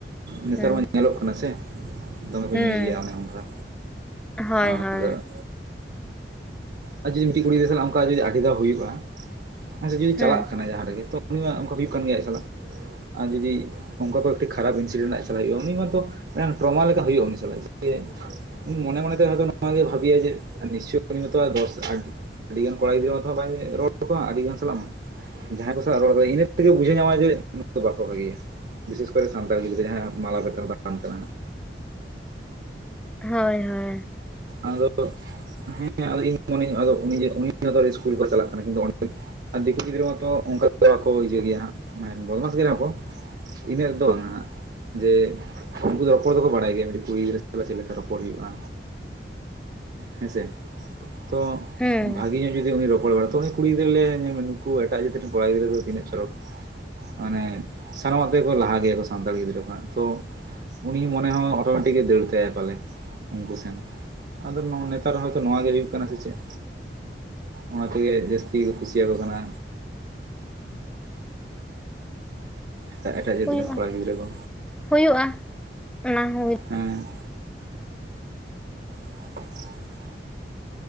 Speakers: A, on the right; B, in the centre.
A: ᱱᱮᱛᱟᱨ
B: ᱦᱩᱸ
A: ᱢᱟ ᱧᱮᱞᱚᱜ ᱠᱟᱱᱟ ᱥᱮ, ᱫᱚᱢᱮ ᱠᱚ
B: ᱦᱩᱸ
A: ᱧᱩᱭ ᱜᱮᱭᱟ ᱚᱱᱮ ᱚᱱᱠᱟ
B: ᱦᱳᱭ
A: ᱟᱨ
B: ᱦᱳᱭ
A: ᱟᱨ ᱡᱩᱫᱤ ᱢᱤᱫᱴᱮᱱ ᱠᱩᱲᱤ ᱜᱤᱫᱽᱨᱟᱹ ᱥᱟᱞᱟᱜ ᱟᱹᱰᱤ ᱫᱷᱟᱣ ᱦᱩᱭᱩᱜ-ᱟ ᱦᱮᱸᱥᱮ ᱡᱩᱫᱤ
B: ᱦᱩᱸ
A: ᱪᱟᱞᱟᱜ ᱠᱟᱱᱟ ᱡᱟᱦᱟᱸ ᱨᱮᱜᱮ ᱛᱚ ᱩᱱᱤ ᱢᱟ ᱚᱱᱠᱟ ᱦᱩᱭᱩᱜ ᱠᱟᱱ ᱜᱮᱭᱟ ᱟᱡ ᱥᱟᱞᱟᱜ, ᱟᱨ ᱡᱩᱫᱤ ᱚᱱᱠᱟ ᱠᱚ ᱮᱠᱴᱤ ᱠᱷᱟᱨᱟᱯ ᱤᱱᱥᱤᱰᱮᱱᱴ ᱪᱟᱞᱟᱜ ᱦᱩᱭᱩᱜᱼᱟ, ᱩᱱᱤᱩ ᱢᱟᱛᱚ ᱰᱨᱚᱢᱟ ᱞᱮᱠᱟ ᱦᱩᱭᱩᱜᱼᱟ ᱩᱱᱤ ᱥᱟᱞᱟᱜ ᱢᱚᱱ ᱢᱚᱱᱮ ᱛᱮ ᱦᱚᱛᱚ ᱱᱚᱣᱟ ᱜᱮ ᱵᱷᱵᱤᱭᱟ ᱡᱮ ᱱᱤᱥᱪ ᱛᱚ ᱫᱚᱥ ᱟᱹᱰᱤ ᱜᱟᱱ ᱠᱚᱲᱟ ᱜᱤᱫᱽᱨᱟᱹ ᱛᱷᱚ ᱵᱟᱭ ᱨᱚᱲ ᱟᱠᱚᱣᱟ ᱟᱹᱰᱤ ᱜᱟᱱ ᱥᱟᱞᱟᱜ -ᱢᱟ ᱡᱟᱦᱟᱸᱭ ᱠᱚ ᱥᱟᱞᱟᱜ ᱨᱚᱲ ᱮᱫᱟ ᱤᱱᱟᱹ ᱛᱮᱜᱮ ᱵᱩᱡᱷᱟᱹᱣ ᱧᱟᱢᱟ ᱡᱮ ᱱᱩᱠᱩ ᱫᱚ ᱵᱟᱠᱚ ᱵᱷᱟᱜᱮᱭᱟ᱾ ᱵᱤᱥᱮᱥ ᱠᱚᱨᱮ ᱥᱟᱱᱛᱟᱲ ᱜᱤᱫᱽᱨᱟᱹ ᱡᱟᱦᱟᱸ ᱢᱟᱞᱟᱵᱟᱞᱟᱱ
B: ᱦᱳᱭ ᱦᱳᱭ
A: ᱟᱫᱚ ᱦᱮᱸ ᱟᱫᱚ ᱤᱧ ᱢᱚᱱᱮᱧ ᱟᱫᱚ ᱡᱮ ᱩᱱᱤ ᱟᱫᱚ ᱤᱥᱠᱩᱞ ᱠᱚ ᱪᱟᱞᱟᱜ ᱠᱟᱱᱟ ᱠᱤᱱᱛᱩ ᱚᱸᱰᱮ ᱟᱨ ᱫᱤᱠᱩ ᱜᱤᱫᱽᱨᱟᱹ ᱢᱟᱛᱚ ᱚᱱᱠᱟ ᱵᱟᱠᱚ ᱤᱭᱟ‌ᱹ ᱜᱮᱭᱟ ᱦᱟᱸᱜ ᱵᱚᱫᱢᱟᱥ ᱜᱮᱭᱟ ᱠᱚ ᱤᱱᱟᱹᱜ ᱫᱚ ᱱᱟᱦᱟᱜ ᱦᱟᱹᱜ ᱡᱮ ᱩᱱᱠᱩ ᱫᱚ ᱨᱚᱯᱚᱲ ᱫᱚᱠᱚ ᱵᱟᱲᱟᱭ ᱜᱮᱭᱟ ᱢᱤᱫᱴᱮᱱ ᱠᱩᱲᱤ ᱜᱤᱫᱽᱨᱟᱹ ᱥᱟᱞᱟᱜ ᱪᱮᱫ ᱞᱮᱠᱟ ᱨᱚᱯᱚᱲ᱾ ᱨᱚᱯᱚᱲ ᱦᱩᱭᱩᱜᱼᱟ ᱦᱮᱸᱥᱮ ᱛᱚ
B: ᱦᱩᱸ
A: ᱵᱷᱟᱜᱤ ᱧᱚᱜ ᱤᱡ ᱡᱩᱫᱤ ᱩᱱᱤ ᱨᱚᱯᱚᱲ ᱵᱟᱲᱟᱭ ᱛᱚ ᱩᱱᱤ ᱜᱤᱫᱽᱨᱟᱹ ᱞᱟᱹᱭ-ᱟ ᱧᱮᱞ ᱢᱮ ᱱᱩᱠᱩ ᱮᱴᱟᱜ ᱡᱟᱹᱛ ᱨᱮᱱ ᱠᱚᱲᱟ ᱜᱤᱫᱽᱨᱟᱹ ᱫᱚ ᱛᱤᱱᱟᱜ ᱪᱚᱨᱚᱠ ᱢᱟᱱᱮ ᱥᱟᱱᱟᱢᱟᱜ ᱛᱮᱜᱮ ᱠᱚ ᱞᱟᱦᱟ ᱜᱮᱭᱟ ᱠᱚ ᱥᱟᱱᱛᱟᱲ ᱜᱤᱫᱽᱨᱟᱹ ᱠᱷᱚᱱᱟᱜ ᱛᱚ ᱩᱱᱤ ᱢᱚᱱᱮ ᱦᱚᱸ ᱚᱴᱳᱢᱮᱴᱤᱠ ᱫᱟᱹᱲ ᱛᱟᱭᱟ ᱯᱟᱞᱮ ᱩᱱᱠᱩ ᱥᱮᱱ ᱟᱫᱚ ᱱᱮᱛᱟᱨ ᱦᱚᱭᱛᱳ ᱱᱚᱣᱟ ᱜᱮ ᱦᱩᱭᱩᱜ ᱠᱟᱱᱟ ᱥᱮ ᱪᱮᱫ? ᱚᱱᱟ ᱛᱮᱜᱮ ᱡᱟᱹᱥᱛᱤ ᱠᱚ ᱠᱩᱥᱤ ᱟᱠᱚ ᱠᱟᱱᱟ‍᱾ ᱮᱴᱟᱜ ᱮᱴᱟᱜ ᱡᱟᱹᱛ
B: ᱦᱩᱭᱩᱜᱼᱟ
A: ᱨᱮᱱ ᱠᱚᱲᱟ ᱜᱤᱫᱽᱨᱟᱹ ᱠᱚ᱾
B: ᱦᱩᱭᱩᱜᱼᱟ ᱚᱱᱟ ᱦᱚᱸ᱾
A: ᱦᱮᱸ <unintelligible>